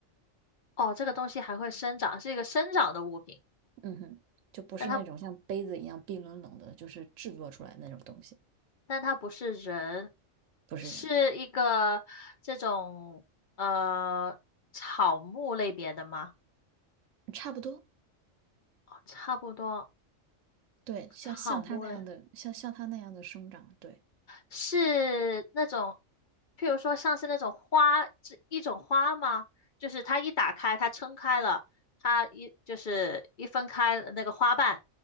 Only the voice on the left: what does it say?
哦，这个东西还会生长，是一个生长的物品，
但它
但它不是人，是一个这种呃草木类别的吗？
哦差不多，
草木类
是那种，譬如说像是那种花，这一种花吗？就是它一打开，它撑开了，它一就是一分开那个花瓣，